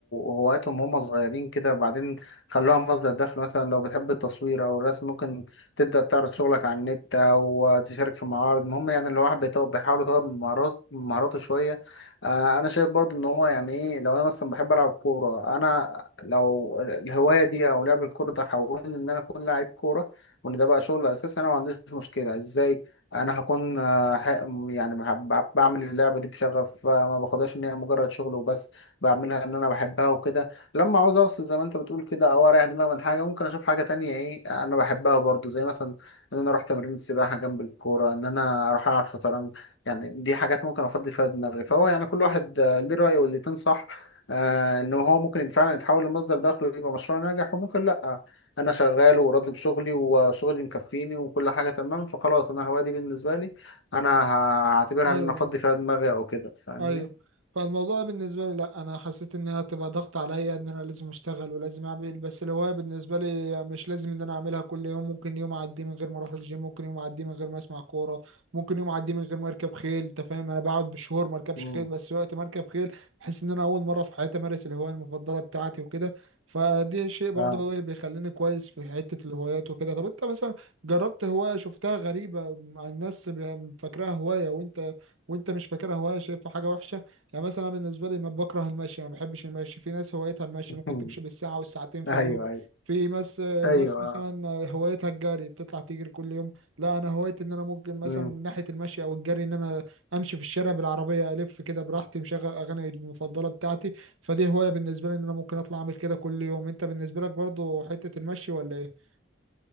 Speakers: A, on the left (about 65°); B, on the right (about 85°).
A: هواياتهم وهم صغيرين كده بعدين خلوها مصدر دخل مثلا لو بتحب التصوير او الرسم ممكن تبدأ تعرض شغلك على النت او تشارك في معارض المهم يعني الواحد بيطو- بيحاول يطور من مهارات- من مهاراته شوية آه انا شايف برضو ان هو يعني ايه لو انا مثلا بحب العب كورة انا لو الهواية دي او لعب الكورة ده حولني ان انا اكون لاعب كورة وان ده بقى شغل اساسي انا ما عنديش مشكلة ازاي انا هكون آه، ح- يعني بح- ب- بعمل اللعبه دي بشغف آه، ما باخدهاش ان هي مجرد شغل وبس بعملها ان انا بحبها وكده لما عاوز اوصل زي ما انت بتقول كده او اريح دماغي من حاجه ممكن اشوف حاجه تانية ايه انا بحبها برضو زي مثلا ان انا اروح تمرين السباحه جنب الكوره ان انا اروح العب شطرنج يعني دي حاجات ممكن افضي فيها دماغي فهو يعني كل واحد آه، ليه راي والاتنين صح آه، ان هو ممكن فعلا يتحول لمصدر دخل ويبقى مشروع ناجح وممكن لا انا شغال وراضي بشغلي وشغلي مكفيني وكل حاجه تمام فخلاص انا الهوايه دي بالنسبه لي انا هعتبرها
B: ايوه
A: ان انا افضي فيها دماغي او كده فاهمني
B: ايوه فالموضوع بالنسبه لي لا انا حسيت انها تبقى ضغط عليا ان انا لازم اشتغل ولازم اعمل بس الهوايه بالنسبه لي مش لازم ان انا اعملها كل يوم ممكن يوم اعدي من غير ما اروح الجيم ممكن يوم اعدي من غير ما اسمع كوره ممكن يوم اعدي من غير ما اركب خيل انت فاهم انا بقعد بشهور ما اركبش
A: مم.
B: خيل بس وقت ما اركب خيل بحس ان انا اول مره في حياتي امارس الهوايه المفضله بتاعتي وكده فدي شيء برضه
A: اه
B: هو اللي بيخليني كويس في حته الهوايات وكده طب انت مثلا جربت هوايه شفتها غريبه مع الناس بي- فاكراها هوايه وانت وانت مش فاكرها هوايه شايفها حاجه وحشه يعني مثلا أنا بالنسبه لي ما بكره المشي ما بحبش المشي في ناس هوايتها المشي
A: <laughs>
B: ممكن تمشي بالساعه والساعتين في
A: ايوه
B: اليوم
A: ايوه
B: في ناس
A: ايوه
B: ناس مثلا
A: آه.
B: هوايتها الجري بتطلع تجري كل يوم لا انا هوايتي ان انا ممكن مثلا
A: مم.
B: من ناحيه المشي او الجري ان انا امشي في الشارع بالعربيه الف كده براحتي مشغل اغاني المفضله بتاعتي فدي هوايه بالنسبه لي ان انا ممكن اطلع اعمل كده كل يوم انت بالنسبه لك برضو حته المشي ولا ايه